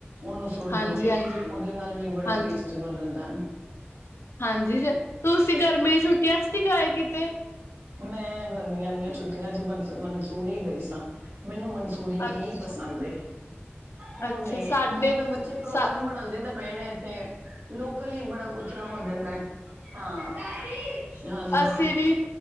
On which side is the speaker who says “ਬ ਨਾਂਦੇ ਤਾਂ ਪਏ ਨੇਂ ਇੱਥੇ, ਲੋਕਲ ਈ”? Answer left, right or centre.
Right